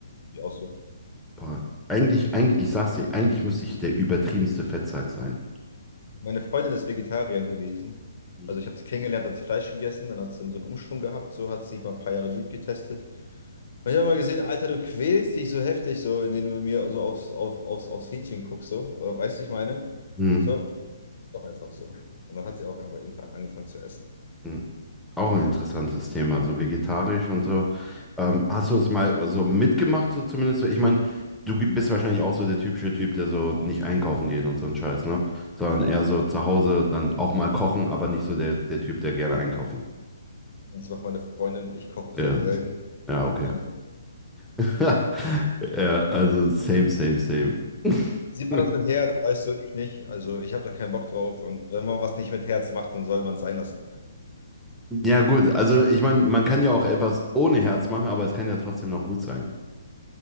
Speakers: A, on the left; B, in the centre.
A: Ich auch so.
B: Boah. Eigentlich, eigentlich, ich sag's dir, eigentlich müsste ich der übertriebenste Fettsack sein.
A: Meine Freundin ist Vegetarierin gewesen.
B: Mhm.
A: Also ich habe sie kennengelernt, hat sie Fleisch gegessen, dann hat sie so einen Umschwung gehabt, so hat sie sich mal ein paar Jahre durchgetestet. Und ich habe mal gesehen, Alter, du quälst dich so heftig, so indem du mir so aufs, auf, aufs, aufs Hähnchen guckst, so. Oder weißt du, ich meine?
B: Mhm.
A: So, doch einfach so. Und dann hat sie auch einfach irgendwann angefangen zu essen.
B: Mhm. Auch ein interessantes Thema, so vegetarisch und so. Ähm, hast du es mal so mitgemacht, so zumindest so? Ich meine, du bist wahrscheinlich auch so der typische Typ, der so nicht einkaufen geht und so ein Scheiß, ne? Sondern eher so zu Hause dann auch mal kochen, aber nicht so der, der Typ, der gerne einkaufen geht.
A: Und das macht meine Freundin. Ich koche auch
B: Ja,
A: sehr, sehr
B: siehst
A: selten.
B: du. Ja, okay.
A: Gar nicht mehr.
B: <laughs> Ja, also same, same, same.
A: Sie
B: <laughs>
A: macht das mit Herz, weißt du, ich nicht. Also ich habe da keinen Bock drauf. Und wenn man was nicht mit Herz macht, dann soll man es sein lassen.
B: Ja, gut, also ich meine, man kann ja auch etwas ohne Herz machen, aber es kann ja trotzdem noch gut sein.